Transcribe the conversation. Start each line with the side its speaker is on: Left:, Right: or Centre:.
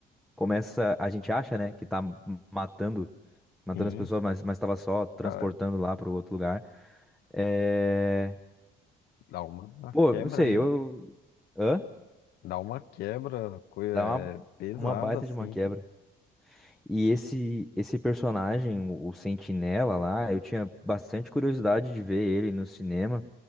Centre: começa, a gente acha, né, que tá matando, matando
Left: sim.
Centre: as pessoas, mas, mas tava só transportando
Left: Cara,
Centre: lá pro outro lugar. É...
Left: dá uma uma
Centre: Pô,
Left: quebra,
Centre: não sei,
Left: né?
Centre: eu. Hã?
Left: Dá uma quebra, coisa
Centre: Dá
Left: é,
Centre: uma,
Left: pesada,
Centre: uma baita
Left: assim.
Centre: de uma quebra. E esse, esse personagem, o o Sentinela lá, eu tinha bastante curiosidade de ver ele no cinema.